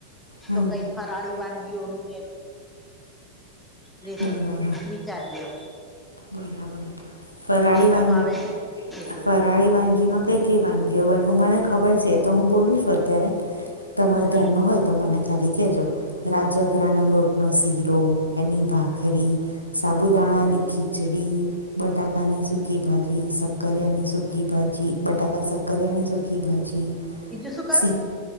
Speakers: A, on the left; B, in the centre.
A: હમ
B: તો કઈ ફરાળી વાનગીઓનું ને એ રેસીપી
A: બરાબર
B: નુ વિચારીએ અવે.
A: બરાબર ફરાળી
B: મહિનો
A: વાનગી
B: આવે છે એટલે
A: ફરાળી વાનગીમાં કઈ કે વાનગીઓને હ મને ખબર છે તો હું બોલું છું અત્યારે તમારા
B: હમ
A: ધ્યાનમાં હોય તો મને ખાલી કહેજો. રાજગરાના લોટનો શીરો, એની ભાખરી, સાબુદાણાની
B: હમ
A: ખીચડી, બટાકાની સુકી
B: હમ
A: ભાજી, શક્કરિયાની
B: હમ
A: સુકી સુકકી ભાજી, બટાકા સક્કરિયાની સુકી ભાજી,
B: બીજું શું કયું
A: સી